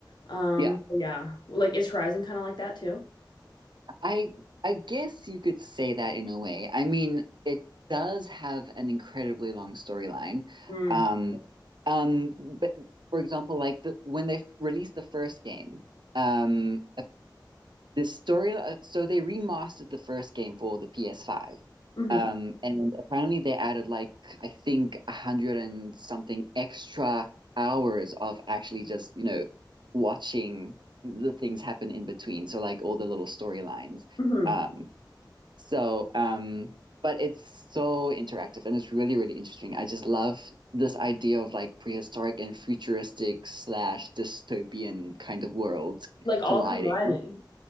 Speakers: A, on the left; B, on the right.
A: Um,
B: yeah.
A: so yeah, like is Horizon kind of like that too?
B: I I guess you could say that in a way. I mean, it does have an incredibly long storyline.
A: Mm.
B: Um, um, but for example, like the when they released the first game, um, the story uh, so they remastered the first game for the ps5
A: hmm
B: um and apparently they added like i think a hundred and something extra hours of actually just you know watching the things happen in between so like all the little storylines
A: hmm
B: um so um but it's so interactive and it's really really interesting i just love this idea of like prehistoric and futuristic slash dystopian kind of worlds
A: Like all
B: colliding
A: combining.